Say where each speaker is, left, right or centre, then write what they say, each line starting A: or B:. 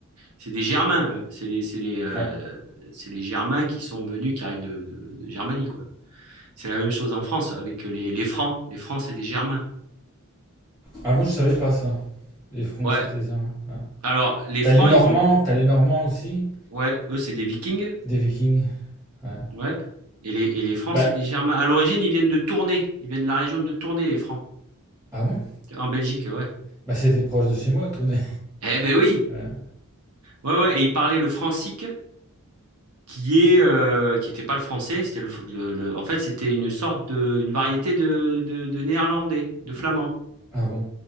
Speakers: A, on the right; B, on the right.
A: C'est des Germains. euh, C'est les, c'est les, euh,
B: ouais.
A: c'est les Germains qui sont venus, qui arrivent de, de- de Germanie, quoi. C'est la même chose en France avec les, les Francs. Les Francs, c'est des Germains.
B: Avant, je savais pas ça. Les Francs,
A: Ouais.
B: c'était ça. ouais.
A: Alors, les
B: T'as
A: Francs,
B: les Normands,
A: ils ont.
B: t'as les Normands aussi,
A: Ouais, eux, c'est des Vikings.
B: des Vikings. Ouais.
A: Ouais. Et les, et les Francs,
B: Bah,
A: c'est des Germains. À l'origine, ils viennent de Tournai. Ils viennent de la région de Tournai, les Francs.
B: ah bon?
A: En Belgique, ouais.
B: Bah, c'était proche de chez moi, tourner.
A: Eh ben oui!
B: Euh,
A: Ouais, ouais, et ils parlaient le francique qui est euh, qui n'était pas le français, c'était le, le- le- en fait c'était une sorte de une variété de, de, de néerlandais, de flamand.
B: ah bon?